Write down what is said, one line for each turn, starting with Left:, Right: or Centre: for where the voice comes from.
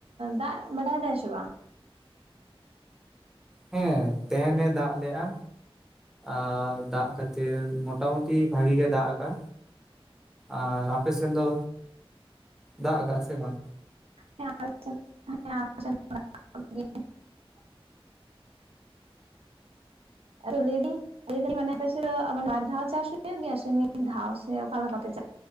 Right: ᱫᱟᱜ ᱵᱟᱰᱟᱭ ᱫᱟᱭ ᱥᱮ ᱵᱟᱝ
Centre: ᱦᱮᱸ ᱛᱟᱦᱮᱸᱱᱮ ᱫᱟᱜ ᱞᱮᱼᱟ ᱟᱨ ᱫᱟᱜ ᱠᱷᱟᱹᱛᱤᱨ ᱢᱚᱴᱟ ᱢᱩᱴᱤ ᱵᱷᱟᱹᱜᱤ ᱜᱮ ᱫᱟᱜ ᱟᱫᱟ᱾ ᱟᱨ ᱟᱯᱮ ᱥᱮᱱ ᱫᱚ ᱫᱟᱜ ᱠᱟᱜᱼᱟ ᱥᱮ ᱵᱟᱝ?
Right: <unintelligible> ᱦᱮᱸ <unintelligible> ᱦᱮᱸ <inaudible> ᱞᱟᱹᱭ ᱫᱤᱧ ᱞᱟᱹᱭ ᱫᱤᱧ ᱚᱱᱟ ᱯᱟᱥᱮ ᱫᱚ ᱢᱟᱱᱮ ᱵᱟᱨ ᱫᱷᱟᱣ ᱪᱟᱥ ᱦᱩᱭᱩᱜ ᱜᱮᱭᱟ ᱥᱮ ᱢᱤᱫ ᱫᱷᱟᱣ ᱥᱮ ᱚᱠᱟ ᱞᱮᱠᱟ ᱯᱮ ᱪᱟᱥ